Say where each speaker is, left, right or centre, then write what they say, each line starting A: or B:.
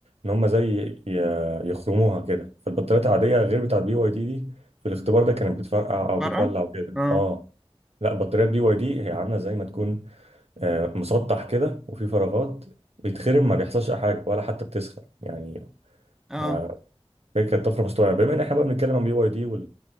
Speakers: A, on the right (about 85°); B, in the centre.
A: ان هم زي ي- يخرموها كده فالبطاريات العاديه غير بتاعت بي واي دي دي في الاختبار ده كانت بتفرقع او بتولع
B: فارقة
A: وكده
B: اه
A: اه لا بطاريات بي واي دي هي عامله زي ما تكون آه، مسطح كده وفي فراغات بيتخرم ما بيحصلش أي حاجه ولا حتى بتسخن يعني
B: اه
A: ما هي كانت طفره مستوعبه بما ان احنا بقى بنتكلم عن بي واي دي